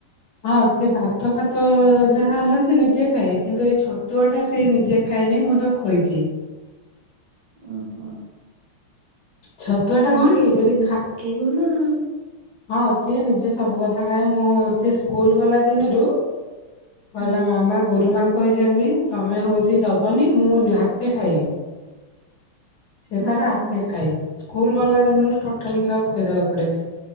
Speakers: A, on the left; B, on the right.
A: ହଁ ସେ ଭାତ ଫାତ ଯାହା ହେଲା ସିଏ ନିଜେ ଖାଏ କିନ୍ତୁ ଏଇ ଛତୁଆଟା ସିଏ ନିଜେ ଖାଏନେଇ ମୁଁ ତାକୁ ଖୋଇଦିଏ।
B: ଓହୋ।
A: ଛତୁଆ ଟା
B: ନିଜେ
A: କଣ କି
B: ଖୋଇ
A: ଯଦି ଖା
B: ଶିକେଇବ ନାଁ।
A: ହଁ ସିଏ ନିଜେ ସବୁ କଥା ଖାଏ ମୁଁ ସିଏ ସ୍କୁଲ ଗଲା ଦିନୁରୁ କହିଲା
B: ହୁଁ
A: ମାମା ଗୁରୁମା କହିଚନ୍ତି ତମେ ହୋଉଚି ଦବନି ମୁଁ ନ ଆପେ ଖାଇବି। ସେ
B: ଓହୋ
A: ତାର ଆପେ ଖାଏ। ସ୍କୁଲ ଗଲା ଦିନରୁ ଟୋଟାଲି ମୁଁ ତାକୁ ଖଇଦବାକୁ ପଡ଼େନେଇ।